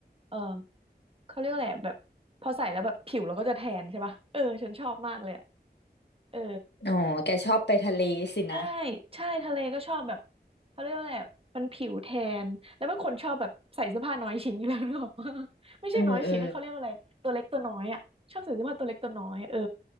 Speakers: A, on the right; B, on the left.
A: เออเขาเรียกอะไรอะแบบพอใส่แล้วแบบผิวเราก็จะแทนใช่ป่ะเออฉันชอบมากเลยอะเออ
B: อ๋อ แกชอบไปทะเลสินะ
A: ใช่ใช่ทะเลก็ชอบแบบเขาเรียกว่าอะไรอะมันผิวแทน แล้วเป็นคนชอบแบบใส่เสื้อผ้าน้อยชิ้นอยู่แล้ว <laughs> นึกออกปะไม่ใช่น้อยชิ้นนะเขาเรียกว่าอะไรตัวเล็กตัวน้อยอ่ะชอบใส่เสื้อผ้าตัวเล็กตัวน้อยเออ
B: เออเออ